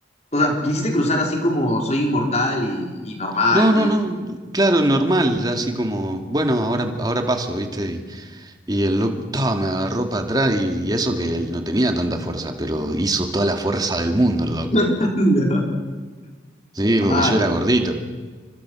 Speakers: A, on the left; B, on the right.
A: O sea, quisiste cruzar así como soy inmortal y, y normal,
B: No,
A: pues.
B: no, no, no, claro, normal, así como, bueno, ahora, ahora paso, ¿viste? Y el loco ta, me agarró para atrás y, y eso que él no tenía tanta fuerza, pero hizo toda la fuerza del mundo el loco.
A: <laughs>
B: Sí, porque
A: ¡Hala!
B: yo era gordito.